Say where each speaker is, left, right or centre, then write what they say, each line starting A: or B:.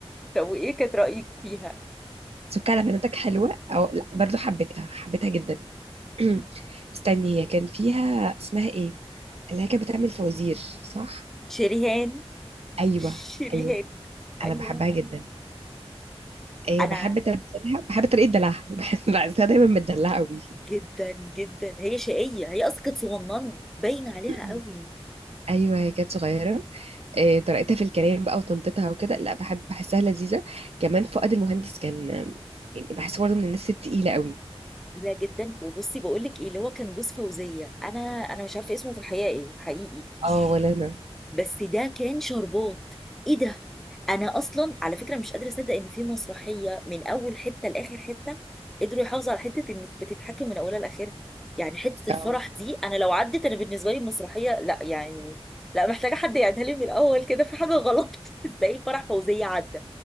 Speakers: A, in the centre; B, on the right.
A: طب وايه كانت رايك فيها
B: سك على بناتك حلوه او لا برضو حبيتها حبيتها جدا <clears throat> استني هي كان فيها اسمها ايه اللي هي كانت بتعمل فوازير صح
A: شريهان
B: ايوه
A: شريهان
B: ايوه
A: ايوه
B: انا بحبها جدا إيه
A: انا
B: بحب تمثيلها بحب طريقه دلعها <laughs> بحس بحسها دايما متدلعه قوي
A: جدا جدا هي شقيه هي اصلا كانت صغننه باين عليها
B: <clears throat>
A: قوي
B: ايوه هي كانت صغيره آه، طريقتها في الكلام بقى وطنطتها وكده لا بحب بحسها لذيذة كمان فؤاد المهندس كان آه، يعني بحسه برضه من الناس التقيلة قوي
A: جميلة جدا وبصي بقول لك ايه اللي هو كان جوز فوزية انا انا مش عارفة اسمه في الحقيقة ايه حقيقي مش-
B: اه ولا انا
A: بس ده كان شربات ايه ده انا اصلا على فكرة مش قادرة اصدق ان في مسرحية من اول حتة لاخر حتة قدروا يحافظوا على حتة انك بتتحكم من اولها لاخرها يعني حتة
B: اه
A: الفرح دي انا لو عدت انا بالنسبة لي المسرحية لا يعني لا محتاجة حد يعيدها لي من الاول كده في حاجة غلط <laughs> ازاي فرح فوزية عدى